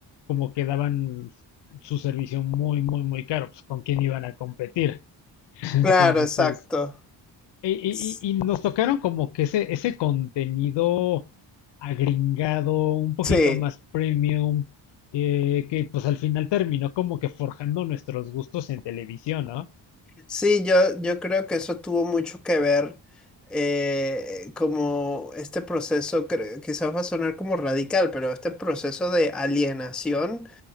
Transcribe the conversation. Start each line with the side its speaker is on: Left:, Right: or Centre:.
Left: como que daban su servicio muy, muy, muy caro, pues con quién iban a competir. <laughs>
Centre: Claro,
Left: Entonces,
Centre: exacto.
Left: es- y, y-
Centre: S-
Left: y- y nos tocaron como que ese, ese contenido agringado, un poquito
Centre: Sí,
Left: más premium, eh, que pues al final terminó como que forjando nuestros gustos en televisión, ¿no?
Centre: sí, yo, yo creo que eso tuvo mucho que ver eh, como este proceso, cre- quizás va a sonar como radical, pero este proceso de alienación